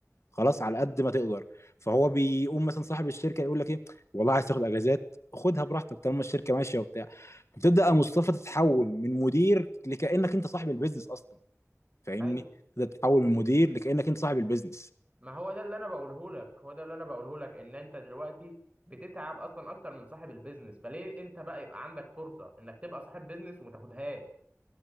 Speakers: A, on the left; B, on the right.
A: خلاص على قد ما تقدر فهو بيقوم مثلا صاحب الشركه يقول لك ايه والله عايز تاخد اجازات خدها براحتك طالما الشركه ماشيه وبتاع بتبدا يا مصطفى تتحول من مدير لكانك انت صاحب البيزنس اصلا فاهمني
B: ايوه
A: تبدا تتحول من مدير لكانك انت صاحب البيزنس
B: ما هو ده اللي انا بقوله لك هو ده اللي انا بقوله لك ان انت دلوقتي بتتعب اصلا اكتر من صاحب البيزنس فليه انت بقى يبقى عندك فرصة انك تبقى صاحب بيزنس وما تاخدهاش